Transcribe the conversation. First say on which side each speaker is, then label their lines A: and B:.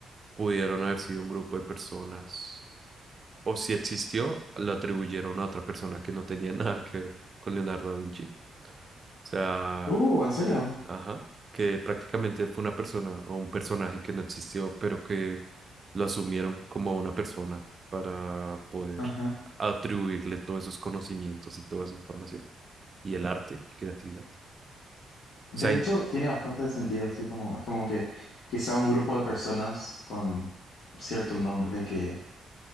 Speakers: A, on the right; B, on the left.
A: pudieron haber sido un grupo de personas, o si existió, lo atribuyeron a otra persona que no tenía <laughs> nada que ver con Leonardo da Vinci? O sea,
B: Uh, ¿en serio?
A: Ajá, que prácticamente fue una persona o un personaje que no existió, pero que lo asumieron como una persona para poder
B: Ajá.
A: atribuirle todos esos conocimientos y toda esa información y el arte y creatividad. O sea,
B: De
A: in-
B: hecho, tiene bastante sentido, así como, es como que que sea un grupo de personas con cierto nombre que,